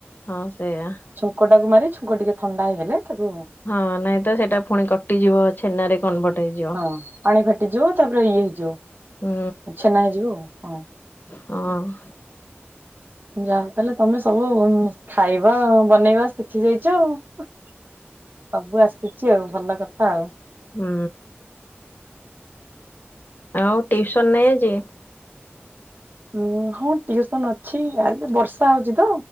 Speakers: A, on the left; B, on the right.
A: ହଁ ସେଇଆ
B: ଛୁଙ୍କ ଟାକୁ ମାରି ଛୁଙ୍କ ଟିକେ ଥଣ୍ଡା ହେଇଗଲେ ତାକୁ
A: ହଁ ନାଇଁ ତ ସେଇଟା ପୁଣି କଟିଯିବ ଛେନାରେ କନଭର୍ଟ ହେଇଯିବ
B: ହଁ ପାଣି ଫାଟି ଯିବ ତାପରେ ଇଏ ହେଇ ଯିବ।
A: ହୁଁ
B: ଛେନ ହେ ଯିବୁ ଆଉ ହଁ।
A: ହଁ
B: ଯାହା ତାହେଲେ ତମେ ସବୁ ଖାଇବା ବନେଇବା ଶିଖି ଯାଇଚ ଆଉ। ସବୁ ଆସିୁଚି ଆଉ ଭଲ କଥା ଆଉ।
A: ହୁଁ ଆଉ ଟିଉସନ ନାଇଁ ଆଜି?
B: ଉଁ ହଁ ଟିଉସନ ଅଛି, ଆଜି ବର୍ଷା ହୋଉଚି ତ।